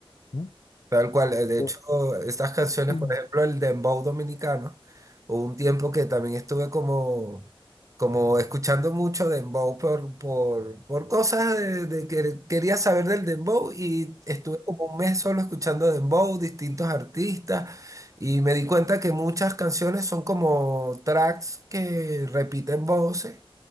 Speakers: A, on the left; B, on the right.
A: ¿Mm?
B: Tal cual, eh, de
A: Eh,
B: hecho, estas canciones,
A: <clears throat>
B: por ejemplo, el dembow dominicano, hubo un tiempo que también estuve como, como escuchando mucho dembow por, por, por cosas de, de que quería saber del dembow y estuve como un mes solo escuchando dembow, distintos artistas, y me di cuenta que muchas canciones son como tracks que repiten voces.